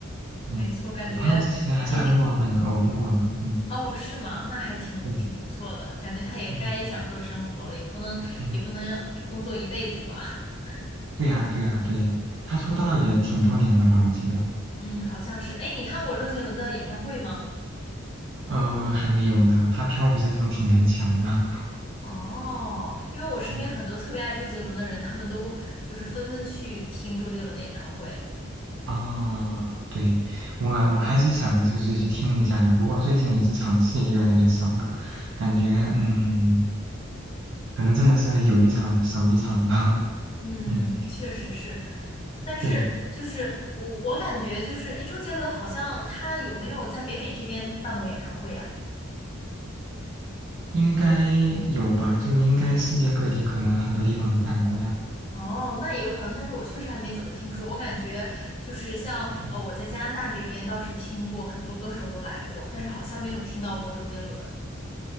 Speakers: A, on the right; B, on the left.
A: 嗯，
B: 没错，感觉他已经
A: 我朋友之前还在墨尔本偶遇过呢，嗯，
B: 哦，是吗？那还挺挺不错的，
A: 对，
B: 感觉他也该享受生活了，
A: 嗯
B: 也不能也不能让工作一辈子吧。
A: 嗯，
B: <laughs>
A: 对呀对呀对呀，他出道也挺多年了吧，我记得，
B: 嗯，好像是。哎，你看过周杰伦的演唱会吗？
A: 呃，还没有呢，他票不是都挺难抢的，
B: 哦，因为我身边很多特别爱周杰伦的人，
A: <laughs> 嗯。
B: 他们都就是纷纷去听周杰伦的演唱会。
A: 啊，对，我我还是想着就是去听一下的，不过最近也是场次也越来越少了，感觉嗯，可能真的是有一场少一场了，
B: 嗯，
A: <laughs> 嗯，
B: 确实是，但是就是我我感觉就是，
A: 对，
B: 哎，周杰伦好像他有没有在北美这边办过演唱会啊？
A: 应该有吧，就应该世界各地可能很多地方都办过呀。
B: 哦，那有可能，但是我确实还没怎么听说。我感觉就是像呃，
A: 嗯
B: 我在加拿大这边倒是听过很多歌手都来过，但是好像没有听到过周杰伦。